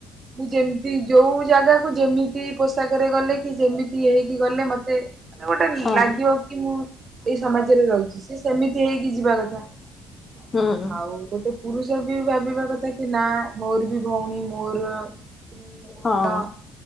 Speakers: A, on the right; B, on the left.
A: ମୁଁ ଯେମିତି ଯୋଉ ଜାଗାକୁ ଯେମିତି ପୋଷାକରେ ଗଲେ କି ସେମିତି ହେଇକି ଗଲେ ମତେ ମାନେ ଗୋଟେ
B: ହଁ
A: ଲାଗିବ କି ମୁଁ ଏଇ ସମାଜରେ ରହୁଛି ସେ ସେମିତି ହେଇକି ଯିବା କଥା।
B: ହୁଁ।
A: ଆଉ ଗୋଟେ ପୁରୁଷ ବି ଭାବିବା କଥା କି ନା ମୋର ବି ଭଉଣୀ ମୋର ସ୍ତ୍ରୀ ମୋର
B: ହଁ।